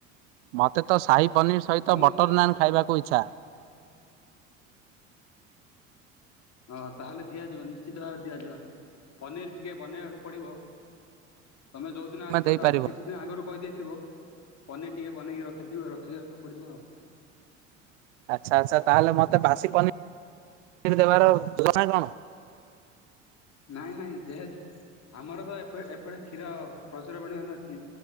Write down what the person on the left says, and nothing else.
ତମକୁ
କଣ ହଁ
ଓଁ ତାହେଲେ ଦିଆଯିବ ନିଶ୍ଚିତ ଭାରେ ଦିଆଯିବ ପନିର୍ ଟିକେ ବନେଇବାକୁ ପଡିବ ତମେ ଯୋଉ ଦିନ
ଆସିବ
ତାର କିଛି ଦିନ ଆଗରୁ କହିଦେଇଥିବ ପନିର୍ ଟିକେ ବନେଇକି ରଖିଥିବ ରଖିବାକୁ ପଡିବ ଆଉ।
ନାଇଁ ନାଇଁ ଯେହେତୁ ଆମର ତ ଏ ଏପଟେ କ୍ଷୀର ପ୍ରଚୁର ପରିମାଣ ରେ ଅଛି।